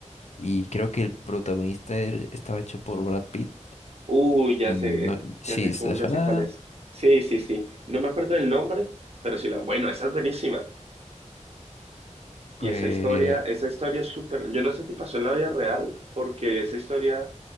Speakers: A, on the left; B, on the right.
A: y creo que el protagonista er- estaba hecho por Brad Pitt
B: Uy, ya
A: y
B: sé,
A: no, sí,
B: ya sé cómo-
A: le suena
B: ya sé cuál es. Sí, sí, sí. No me acuerdo del nombre, pero sí la. Bueno, esa es buenísima.
A: pues
B: Y esa historia, esa historia es súper. Yo no sé si pasó en la vida real, porque esa historia